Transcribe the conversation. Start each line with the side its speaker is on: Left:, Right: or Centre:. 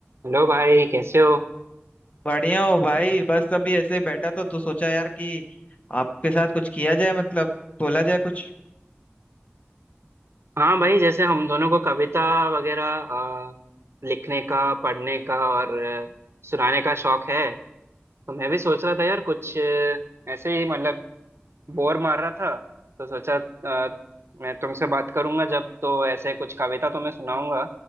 Right: Hello भाई कैसे हो
Left: बढ़िया हो भाई बस अभी ऐसे ही बैठा तो तो सोचा यार कि आपके साथ कुछ किया जाए मतलब बोला जाए कुछ
Right: हाँ भाई जैसे हम दोनों को कविता वगैरह अ, लिखने का पढ़ने का और अ, सुनाने का शौक है तो मैं भी सोच रहा था यार कुछ अ, ऐसे ही मतलब बोर मार रहा था तो सोचा अ, मैं तुमसे बात करूंगा जब तो ऐसे कुछ कविता तुम्हें सुनाऊंगा